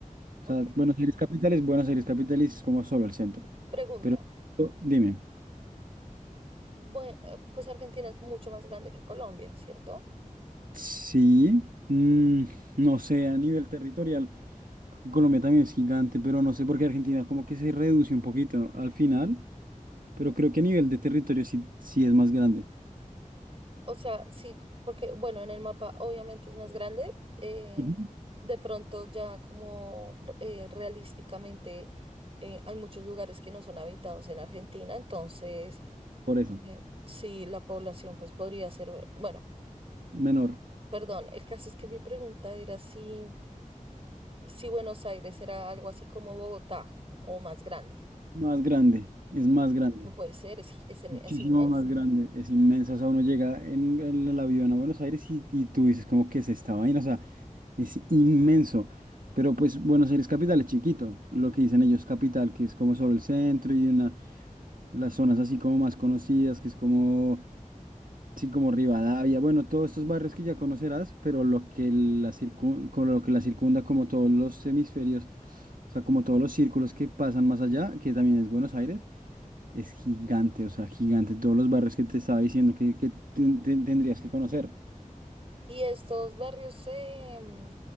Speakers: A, on the right (about 85°); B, on the right (about 45°).
A: O
B: Ok.
A: sea, Buenos Aires capital es Buenos Aires capital y es como solo el centro.
B: Pregunta.
A: Pero o- dime,
B: Bueno, pues Argentina es mucho más grande que Colombia, ¿cierto?
A: sí, mm, no sé, a nivel territorial, porque Colombia también es gigante, pero no sé por qué Argentina como que se reduce un poquito ¿no? al final, pero creo que a nivel de territorio sí, sí es más grande.
B: O sea, sí, porque bueno, en el mapa obviamente es más grande. eh,
A: Ujú.
B: de pronto ya como eh, realísticamente eh, hay muchos lugares que no son habitados en Argentina, entonces
A: Por eso,
B: eh, sí, la población pues podría ser, bueno,
A: menor,
B: perdón, el caso es que mi pregunta era si, si Buenos Aires era algo así como Bogotá o más grande.
A: más grande, es más grande.
B: No puede ser, es, es, en-
A: Muchísimo
B: es inmenso.
A: más grande, es inmensa. O sea, uno llega en, en el avión a Buenos Aires y, y tú dices, cómo que es esta vaina? O sea, es inmenso. Pero pues Buenos Aires capital es chiquito, lo que dicen ellos capital, que es como solo el centro y una, las zonas así como más conocidas, que es como, sí, como Rivadavia, bueno, todos estos barrios que ya conocerás, pero lo que la circun- con lo que la circunda, como todos los hemisferios, o sea, como todos los círculos que pasan más allá, que también es Buenos Aires es gigante, o sea, gigante. Todos los barrios que te estaba diciendo que, que ten- ten- tendrías que conocer
B: Y estos barrios eh, mm,